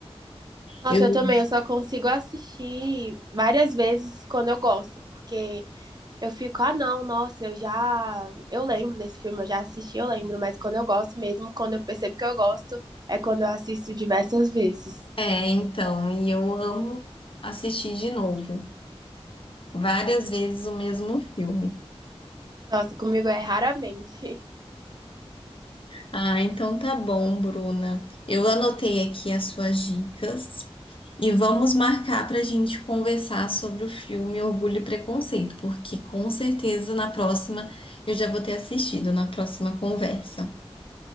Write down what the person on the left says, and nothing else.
Eu
é, então, e eu amo assistir de novo, várias vezes o mesmo filme.
Ah, então tá bom, Bruna. Eu anotei aqui as suas dicas e vamos marcar para a gente conversar sobre o filme Orgulho e Preconceito, porque com certeza na próxima eu já vou ter assistido na próxima conversa.